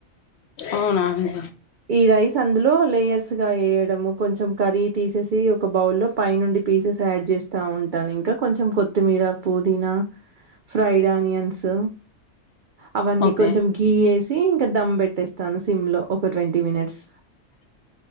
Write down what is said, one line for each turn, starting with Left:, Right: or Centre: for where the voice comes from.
Left: అవునా అండి
Right: ఈ రైస్ అందులో లేయర్స్ గా ఏయడము కొంచెం కర్రీ తీసేసి ఒక బౌల్లో పై నుండి పీసేస్ యాడ్ చేస్తా ఉంటాను ఇంకా కొంచెం కొత్తిమీర పుదీనా ఫ్రైడ్ ఆనియన్స్ అవన్నీ
Left: ఓకే
Right: కొంచెం గీయేసి ఇంకా దమ్ పెట్టేస్తాను సిమ్ లో ఒక ట్వంటీ మినిట్స్